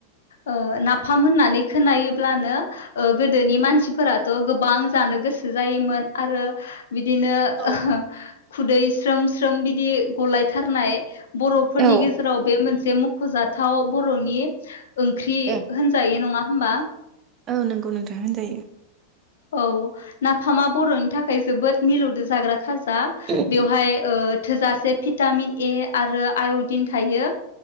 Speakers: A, on the left (about 60°); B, on the right (about 30°).
A: ओ नाफ फाम होननानै खोनायोब्लानो ओ गोदोनि मानसिफोराथ' गोबां जानो गोसो जायोमोन आरो बिदिनो
B: औ
A: ओ खुदै स्रोम स्रोम बिदि ग'लायथारनाय बर'फोरनि
B: औ
A: गेजेराव बे मोन से मख'जा थाव बर'नि ओंख्रि
B: ए
A: होनजायो नङा होमबा?
B: औ नोंगौ नोंथां होनजायो।
A: औ नाफामा बर'नि थाखाय जोबोद मिलौदो जाग्रा खाज जा।
B: औ
A: बेवहाय ओ थोजासे भिटामिन ए आरो आय'दिन थायो।